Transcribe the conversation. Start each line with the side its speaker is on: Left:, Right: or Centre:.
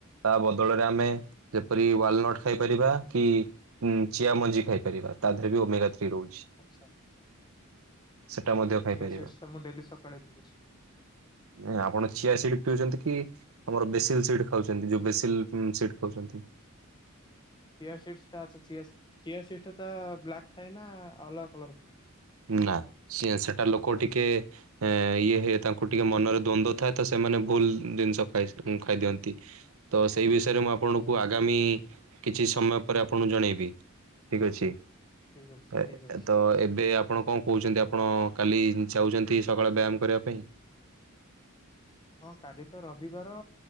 Right: ତା ବଦଳରେ ଆମେ ଯେପରି ୱାଲନଟ୍ ଖାଇପାରିବା କି ଉଁ ଚିଆ ମଞ୍ଜି ଖାଇପାରିବା ତା ଦେହରେ ବି ଓମେଗା ଥ୍ରୀ ରୋହୁଛି।
Left: ଆଚ୍ଛା।
Right: ସେଟା ମଧ୍ୟ ଖାଇପାରିବା
Left: ଚିଆସିଡ଼ସ ତ ମୁଁ ଡ଼େଲି ସକାଳେ ପିଉଚି।
Right: ଅଁ ଆପଣ ଚିଆସିଡ଼ ପିଉଚନ୍ତି କି ଆମର ବେସିଲ ସିଟ ଖାଉଛନ୍ତି ଯୋଉ ବେସିଲ ସିଟ ଖାଉଚନ୍ତି।
Left: ଚିଆସିଡ୍ସ ଟା ଚିଆ ଚିଆସିଡ୍ସ ଟା ତା ବ୍ଲାକ୍ ଥାଏ ନା ଅଲଗା କଲର ଥାଏ?
Right: ନା ସିଆ ସେଟା ଲୋକ ଟିକେ ଏ ଇଏ ହେ ତାଙ୍କୁ ଟିକେ ମନରେ ଦ୍ଵନ୍ଦ ଥାଏ ତ ସେମାନେ ଭୁଲ ଜିନିଷ ଖାଇ ଖାଇଦିଅନ୍ତି। ତ ସେଇ ବିଷୟରେ ମୁଁ ଆପଣଙ୍କୁ ଆଗାମୀ କିଛି ସମୟ ପରେ ଆପଣଙ୍କୁ ଜଣେଇବି। ଠିକ ଅଛି
Left: ଠିକ୍ ଅଛି
Right: ଏ
Left: ଠିକ୍ ଅଛି।
Right: ତ ଏବେ ଆ ଆପଣ କଣ କହୁଛନ୍ତି ଆପଣ କାଲି ଯାଉଚନ୍ତି ସକାଳେ ବ୍ୟାୟାମ୍ କରିବା ପାଇଁ?
Left: ହଁ କାଲି ତ ରବିବାର